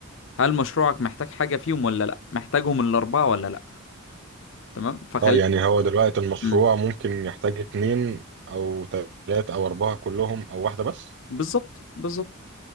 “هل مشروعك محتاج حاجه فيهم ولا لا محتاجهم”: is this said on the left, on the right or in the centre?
Left